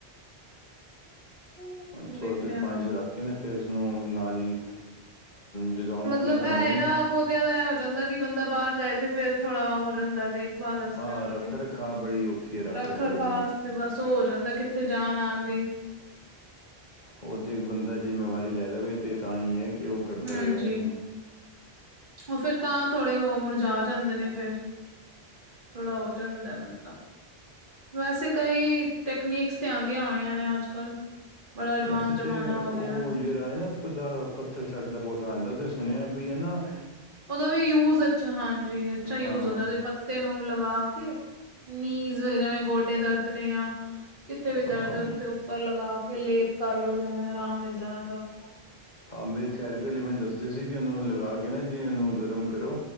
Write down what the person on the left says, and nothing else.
ਥੋੜ੍ਹਾ
ਦੇਰ
ਪਾਣੀ
'ਚ ਰੱਖ ਕੇ, ਨਾ ਫਿਰ ਉਸਨੂੰ ਨਾਲ ਹੀ ਜਦੋਂ ਅੰਕੁਰਿਤ
ਹੁੰਦੇ ਨੇ
ਹਾਂ
ਰੱਖ
ਰਖਾ ਬੜੀ ਔਖੀ ਹੈ
ਰਖਾ
ਕਰਨੀ
ਉ ਜੇ ਬੰਦਾ ਜ਼ਿੰਮੇਵਾਰੀ ਲੈ ਲਵੇ ਤੇ ਤਾਂ ਹੀ ਹੈ ਕਿ ਉਹ ਕਰਦਾ
ਰਵੇ
ਵੈਸੇ
ਤੇ
ਉਹ
ਜਿਹੜੇ ਦਾ ਪੱਥਰ ਚੱਟ ਦਾ ਪੌਦਾ ਆਉਂਦਾ ਤੇ ਸੁਣਿਆ ਵੀ ਹਨਾ
ਹਾਂ
ਹਾਂ
ਮੇਰੀ ਥੈਰਪੀ ਵਾਲੇ ਮੈਂ ਦੱਸਦੇ ਸੀ। ਕਿ ਉਹਨੂੰ ਲਗਾ ਕੇ ਨਾ ਜੀ ਉਹਨੂੰ ਗਰਮ ਕਰੋ।